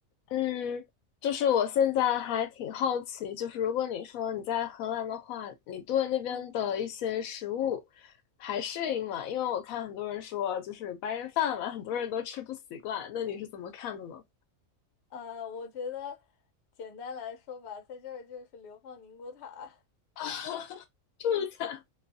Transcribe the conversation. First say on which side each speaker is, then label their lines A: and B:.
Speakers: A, on the left; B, on the left.
A: 嗯，就是我现在还挺好奇，就是如果你说你在荷兰的话，你对那边的一些食物
B: 嗯，
A: 还适应吗？因为我看很多人说，就是白人饭嘛，很多人都吃不习惯。那你是怎么看的呢？
B: 啊，我觉得简单来说吧，在这儿就是流放宁古塔
A: <laughs> 这么惨，